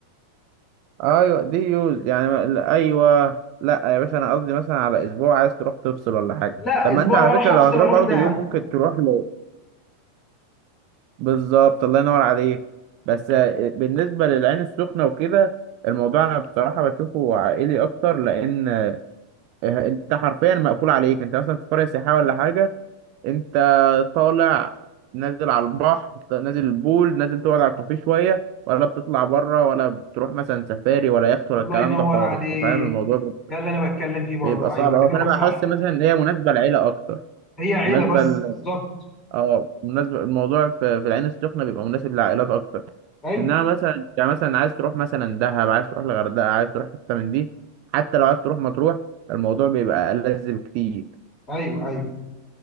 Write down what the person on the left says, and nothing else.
لا
اسبوع
هروح
افصل
اروح
دهب
الله
ينور
عليك
ده اللي انا بتكلم فيه برضو
ايوه
انت
كلامك
صح
هي عيله
بس
بالظبط
ايوه
ايوه ايوه